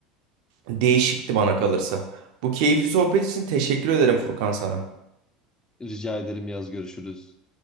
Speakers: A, on the right; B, on the left.
A: değişikti bana kalırsa. Bu keyifli sohbet için teşekkür ederim Furkan sana.
B: Rica ederim yaz görüşürüz.